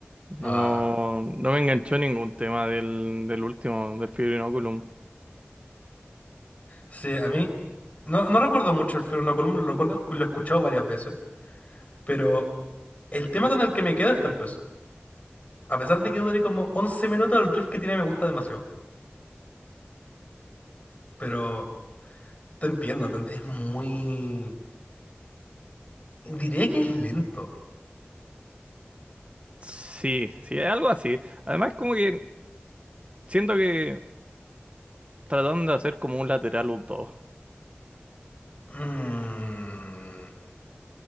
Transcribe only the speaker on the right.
No,
no me enganchó ningún tema del, del último, del Fibrinóculum.
Sí, sí, es algo así. Además, como que Siento que trataron de hacer como un lateral los dos.